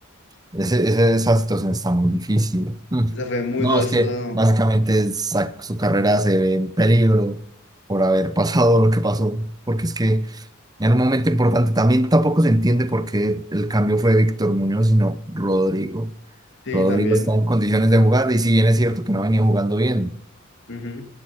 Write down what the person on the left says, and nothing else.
Esa fue muy
desastrosa,
¿no?
Sí,
también.
Ujú.